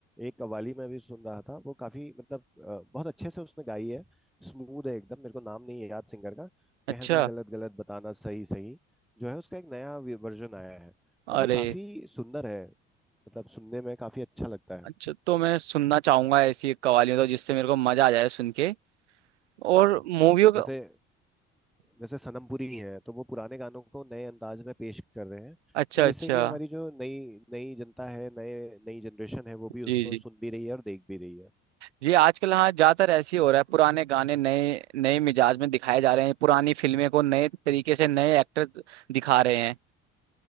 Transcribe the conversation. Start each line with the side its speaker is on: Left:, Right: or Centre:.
Centre: एक कव्वाली में भी सुन रहा था वो काफी मतलब अ, बहुत अच्छे से उसने गाई है स्मूथ है एकदम मेरे को नाम नहीं है याद सिंगर का
Right: अच्छा
Centre: कहना गलत गलत बताना सही सही जो है उसका एक नया वर्जन आया है
Right: अरे
Centre: और वो काफी सुंदर है मतलब सुनने में काफी अच्छा लगता है
Right: अच्छा तो मैं सुनना चाहूंगा ऐसी एक कवालियां तो जिससे मेरे को मजा आ जाए सुन के
Centre: हम्म।
Right: और मूवियों का
Centre: जैसे जैसे सनम पुरी हैं तो वो पुराने गानों को नए अंदाज में पेश कर रहे हैं
Right: अच्छा
Centre: तो जैसे
Right: अच्छा
Centre: कि हमारी जो नई नई जनता है नए नई जनरेशन है वो भी उसको
Right: जी जी
Centre: सुन भी रही है और देख भी रही है
Right: जी आजकल हाँ ज्यादातर ऐसे ही हो रहा है पुराने गाने नए नए मिजाज में दिखाए जा रहे हैं पुरानी फिल्में को नए तरीके से नए एक्टर दिखा रहे हैं